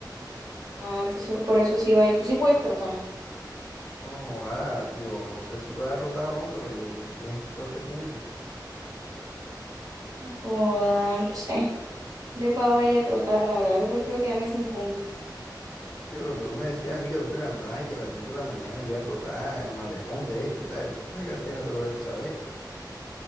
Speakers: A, on the right; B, on the left.
A: Ah, entonces por eso sí va. Y tú sí puedes trotar.
B: No, ah, yo no sé si puedo dar rotado o no, pero yo necesito ese punto.
A: No joda, no sé. Culepa vaya a trotar, la verdad. Yo prefiero quedarme sin punto.
B: Yo, pero tú no me decías a mí que tú te levantabas y que a las 5 de la mañana ya trotabas al malecón, de hecho, ¿sabes? Entonces, que esa vaina te lo debes saber.